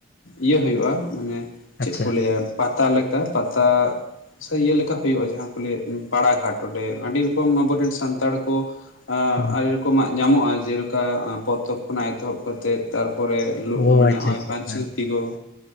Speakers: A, on the left (about 85°); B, on the left (about 50°).
A: ᱤᱭᱟᱹ ᱦᱩᱭᱩᱜᱼᱟ ᱢᱟᱱᱮ
B: ᱟᱪᱪᱷᱟ
A: ᱪᱮᱫ ᱠᱚ ᱞᱟᱹᱭᱟ ᱯᱟᱛᱟ ᱞᱮᱠᱟ ᱯᱟᱛᱟ ᱥᱮ ᱤᱭᱟᱹ ᱞᱮᱠᱟ ᱦᱩᱭᱩᱜᱼᱟ ᱡᱟᱦᱟᱸ ᱠᱚ ᱞᱟᱹ ᱯᱟᱲᱟᱜᱷᱟᱴ ᱚᱸᱰᱮ ᱟᱹᱰᱤ ᱨᱚᱠᱚᱢ ᱟᱵᱚᱨᱮᱱ ᱥᱟᱱᱛᱟᱲ ᱠᱚ
B: ᱦᱮᱸ
A: ᱟᱹᱰᱤ ᱨᱚᱠᱚᱢᱟᱜ ᱧᱟᱢᱚᱜᱼᱟ ᱡᱮᱞᱮᱠᱟ ᱯᱚᱛᱚᱵ ᱠᱷᱚᱱᱟᱜ ᱮᱛᱚᱦᱚᱵ ᱠᱟ ᱠᱟᱛᱮᱫ ᱛᱟᱨᱯᱚᱨᱮ
B: ᱚ
A: ᱢᱟᱱᱮ
B: ᱟᱪᱪᱷᱟ
A: ᱱᱚᱜᱼᱚᱭ
B: ᱟᱪᱪᱷᱟ
A: ᱯᱟᱸᱪᱤᱫᱷᱩᱛᱤ
B: ᱦᱮᱸ
A: ᱠᱚ